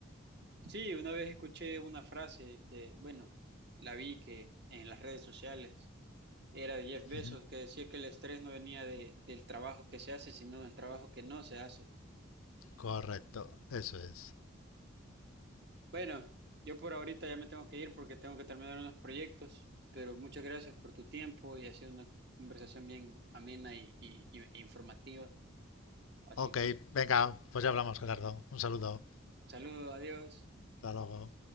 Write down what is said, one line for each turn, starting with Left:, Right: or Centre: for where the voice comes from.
Right: Sí, una vez escuché una frase que, bueno, la vi que en las redes sociales era de Jeff Bezos
Left: Ujú.
Right: que decía que el estrés no venía de, del trabajo que se hace, sino del trabajo que no se hace.
Left: Correcto, eso es.
Right: Bueno, yo por ahorita ya me tengo que ir porque tengo que terminar unos proyectos, pero muchas gracias por tu tiempo y ha sido una conversación bien amena y, y- y- e informativa. Así
Left: Ok,
Right: que,
Left: venga, pues ya hablamos, Gerardo. Un saludo.
Right: saludos, adiós.
Left: Hasta luego.